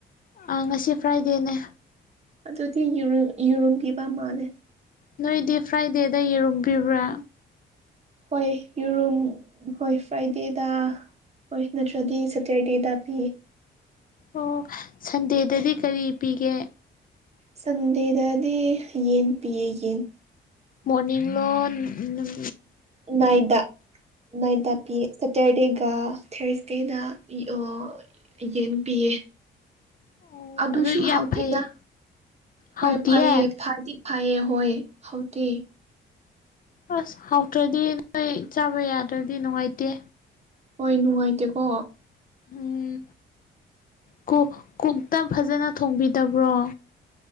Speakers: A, on the left; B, on the right.
A: ꯑ ꯉꯁꯤ ꯐ꯭ꯔꯥꯏꯗꯦꯅꯦ꯫
B: ꯑꯗꯨꯗꯤ ꯌꯦꯔꯨꯝ ꯌꯦꯔꯨꯝꯄꯤꯕ ꯃꯥꯜꯂꯦ꯫
A: ꯅꯣꯏꯗꯤ ꯐ꯭ꯔꯥꯏꯗꯦꯗ ꯌꯦꯔꯝꯕꯤꯕ꯭ꯔꯥ꯫
B: ꯍꯣꯏ ꯌꯦꯔꯨꯝ ꯍꯣꯏ ꯐ꯭ꯔꯥꯏꯗꯦꯗ꯫ ꯍꯣꯏ ꯅꯠꯇ꯭ꯔꯗꯤ ꯁꯇꯔꯗꯦꯗ ꯄꯤꯌꯦ꯫
A: ꯑꯣ ꯁꯟꯗꯦꯗꯗꯤ ꯀꯔꯤ ꯄꯤꯒꯦ꯫
B: ꯁꯟꯗꯦꯗꯗꯤ ꯌꯦꯟ ꯄꯤꯌꯦ ꯌꯦꯟ꯫
A: ꯃꯣꯔꯅꯤꯡ ꯂꯣ ꯅꯨꯝ
B: ꯅꯥꯏꯠꯗ ꯅꯥꯏꯠꯇ ꯄꯤꯌꯦ꯫ ꯁꯇꯔꯗꯦꯒ ꯊꯔꯁꯗꯦꯗ ꯑꯣ ꯌꯦꯟ ꯄꯤꯌꯦ꯫
A: ꯑꯣ
B: ꯑꯗꯨꯁꯨ
A: ꯑꯗꯨ ꯌꯥꯝ
B: ꯍꯥꯎꯇꯦꯗ
A: ꯐꯩ
B: ꯍꯣꯏ
A: ꯍꯥꯎꯇꯤꯌꯦ
B: ꯐꯩꯌꯦ ꯐꯗꯤ ꯐꯌꯦ ꯍꯣꯏ ꯍꯥꯎꯇꯦ꯫
A: ꯑꯁ ꯍꯥꯎꯇ꯭ꯔꯗꯤ ꯅꯣꯏ ꯆꯥꯕ ꯌꯥꯗ꯭ꯔꯗꯤ ꯅꯨꯡꯉꯥꯏꯇꯦ꯫
B: ꯍꯣꯏ ꯅꯨꯡꯉꯥꯏꯇꯦꯀꯣ꯫
A: ꯎꯝ ꯀꯨꯛ ꯀꯨꯛꯇ ꯐꯖꯅ ꯊꯣꯡꯕꯤꯗꯕ꯭ꯔꯣ꯫